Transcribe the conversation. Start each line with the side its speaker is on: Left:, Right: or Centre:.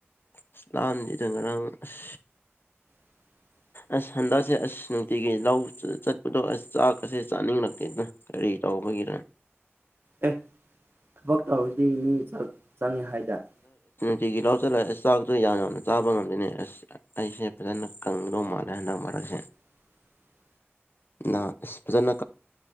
Left: ꯏꯁꯂꯥꯝꯅꯤꯗ ꯉꯔꯥꯡ ꯑꯁ
Right: <unintelligible>
Left: ꯑꯁ ꯍꯟꯗꯛꯁꯦ ꯑꯁ ꯅꯨꯡꯇꯤꯒꯤ ꯂꯧ ꯆꯠꯄꯗꯣ ꯑꯁ ꯆꯥꯛꯀꯁꯦ ꯆꯥꯅꯤꯡꯂꯛꯇꯦꯗꯅ ꯀꯔꯤ ꯇꯧ ꯕꯒꯔ
Right: ꯑꯦ ꯊꯕꯛ ꯇꯧꯔꯗꯤ ꯃꯤ ꯆꯪꯉꯦ ꯍꯥꯏꯗꯔꯦ
Left: ꯇꯤꯒꯤ ꯂꯧꯁꯤꯜꯂꯑꯦ ꯆꯥꯛꯇꯨꯣ ꯌꯥꯝ ꯌꯥꯝꯅ ꯆꯥꯕ ꯉꯝꯗꯣꯏꯅꯦ ꯑꯁ ꯑꯩꯁꯦ ꯐꯖꯅ ꯀꯪꯗꯧ ꯃꯥꯜꯂꯦ ꯍꯟꯗꯛ ꯃꯥꯜ ꯑꯦ
Right: <unintelligible>
Left: ꯅꯍ ꯑꯁ ꯐꯖꯅ